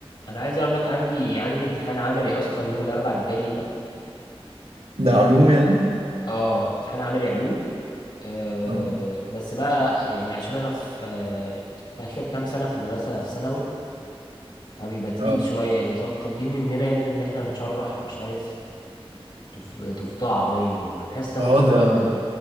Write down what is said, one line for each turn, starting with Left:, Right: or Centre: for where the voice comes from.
Left: انا عايز اقول لك عندي عندي امتحان عملي اصلا يوم الاربعاء الجاي ده
Right: ده علوم يعني
Left: اه امتحان عملي علوم آه
Right: اه
Left: بس بقى يعني عشان انا في آه في اخر كام سنه في المدرسه في ثانوي فبيبقى تقيل
Right: اه
Left: شويه يعني طال- طالبين مننا يا ابني ان احنا نشرح مش عارف تف- تفضع باين وانا حاسس ان
Right: اه
Left: انا في كليه
Right: ده
Left: طب